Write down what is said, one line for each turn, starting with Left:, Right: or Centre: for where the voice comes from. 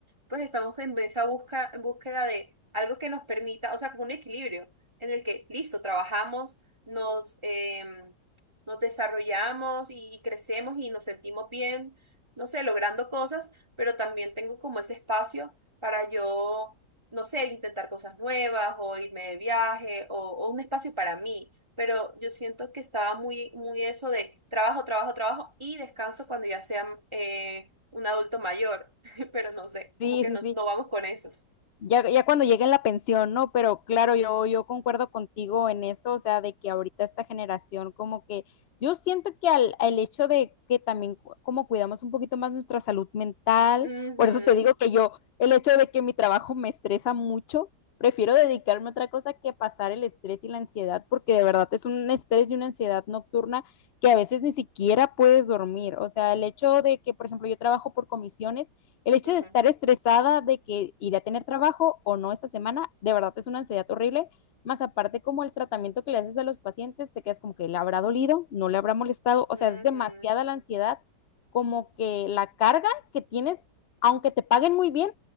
Right: pues estamos en esa busca, en búsqueda de algo que nos permita, o sea, como un equilibrio en el que, listo, trabajamos, nos, em, nos desarrollamos y crecemos y nos sentimos bien, no sé, logrando cosas, pero también tengo como ese espacio para yo, no sé, intentar cosas nuevas o irme de viaje o o un espacio para mí pero yo siento que estaba muy, muy eso de trabajo, trabajo, trabajo y descanso cuando ya sea eh, un adulto mayor, <laughs> pero no sé, como
Left: Sí,
Right: que
Left: sí,
Right: nos,
Left: sí.
Right: no vamos con esos.
Left: Ya, ya cuando llegue la pensión, ¿no? Pero claro, yo, yo concuerdo contigo en eso, o sea, de que ahorita esta generación como que yo siento que al, al hecho de que también cu- como cuidamos un poquito más nuestra salud mental,
Right: Ujú,
Left: por eso te digo que yo, el hecho de que mi trabajo me estresa mucho, prefiero dedicarme a otra cosa que pasar el estrés y la ansiedad, porque de verdad es un estrés y una ansiedad nocturna que a veces ni siquiera puedes dormir, o sea, el hecho de que, por ejemplo, yo trabajo por comisiones el hecho
Right: ujú,
Left: de estar estresada de que iré a tener trabajo o no esta semana, de verdad es una ansiedad horrible. Más aparte, como el tratamiento que le haces a los pacientes, te quedas como que le habrá dolido, no le habrá molestado. O
Right: ujú.
Left: sea, es demasiada la ansiedad, como que la carga que tienes, aunque te paguen muy bien,